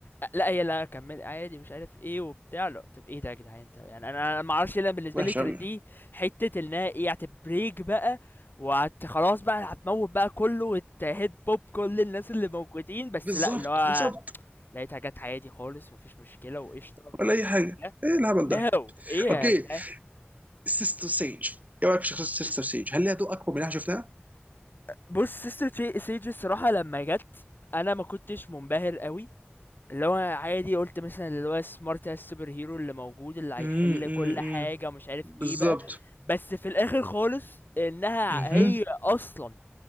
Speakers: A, on the left (about 50°); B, on the right (about 40°).
A: أ- لا هي لا كمل عادي مش عارف ايه وبتاع لا طب ايه ده يا جدعان انت يعني انا انا ما اعرفش ليه أنا بالنسبه
B: وحش
A: لي كانت
B: قوي يعني.
A: دي حته انها ايه هتبريك بقى وهت خلاص بقى هتموت بقى كله وتهد بوب كل الناس اللي موجودين بس
B: بالظبط
A: لا اللي هو
B: بالظبط
A: لقيتها جات عادي خالص مفيش مشكلة وقشطة اللي
B: ولا
A: هو
B: اي حاجه
A: إيه ده؟
B: ايه الهبل ده
A: هاو إيه يا
B: اوكي
A: جدعان
B: سيستر سيج ايه رايك في شخصيه سيستر سيج هل ليها دور اكبر من اللي احنا شفناه؟
A: بص سيستر تي- سيج الصراحة لما جت أنا ما كنتش منبهر قوي اللي هو عادي قلت مثلا اللي هو سمارت السوبر هيرو اللي موجود اللي هيحل
B: امم امم
A: كل حاجة مش عارف
B: بالظبط
A: ايه بقى بس في الآخر خالص إنها
B: امم
A: هي أصلا